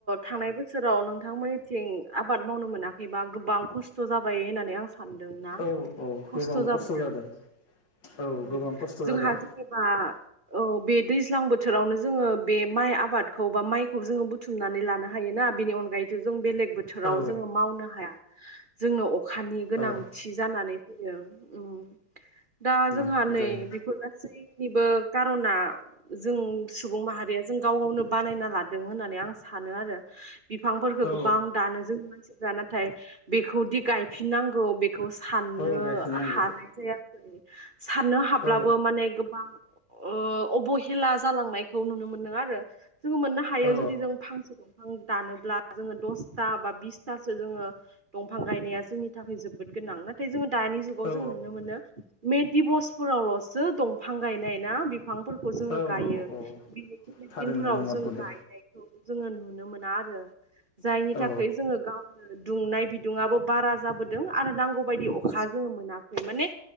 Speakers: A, on the right (about 45°); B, on the left (about 65°).
A: थांनाय बोसोराव नों नोंथां मोननिथिं आबाद मावनो मोनाखैबा गोबां खस्थ' जाबाय होननानै आं सा सानदोंना
B: औ औ
A: खस्थ'
B: गोबां
A: जाबायदां?
B: जादों औ गोबां
A: ओ
B: खस्थ'
A: जोंहा
B: जादों
A: जेनेबा औ बे दैज्लां बोथोरावनो जोङो बे माइ आबादखौ बा माइखौ जोङो बुथुमनानै लानो हायोना बेनि अनगायै जों बेलेग बोथोराव
B: औ
A: जोङो मावनो हाया जोंनो अखानि गोनांथि
B: औ
A: जानानै उम दा
B: उम
A: जोंहा नै
B: जायो
A: बेफोर गासैनिबो खार'ना जों सुबुं माहारिया जों गाव गावनो बानायना लादों होननानै आं सानो आरो। बिफां फोरखौ
B: औ
A: गोबां दानो जों मानसिफोरा नाथाय बेखौदि गायफिननांगौ बे खौ साननो
B: औ औ गायफिननांगौ
A: हानाय जायासै साननो हाब्लाबो
B: औ
A: माने गोबां अ अबहेला जालांनायखौ नुनो मोनदों आरो। जोङो मोननो हायो
B: औ
A: जुदि जों फांसे दं फां दानोब्ला जोङो दसथा बा बिसथासो जोङो दंफां गायनाया जोंनि थाखाय जोबोद गो गोनां नाथाय जोङो दानि जुाव
B: औ
A: जोंड़ो नुनो मोनो मे दिबसफोरावल'सो दंफां गायनाय ना? बिफांफोरखौ जोङो
B: औ
A: गायो
B: औ औ
A: बिनि बेलेग
B: थारैनो
A: दिनफोराव
B: नंमारगौ
A: जों
B: दे
A: गायनायखौ जोङो नुनो मोना आरो जायनि
B: औ
A: थाखाय जोङो गावनो दुंनाय बिदुङआबो बारा जाबोदों आरो नांगौ बायदि अखा जोङो मोनाखै माने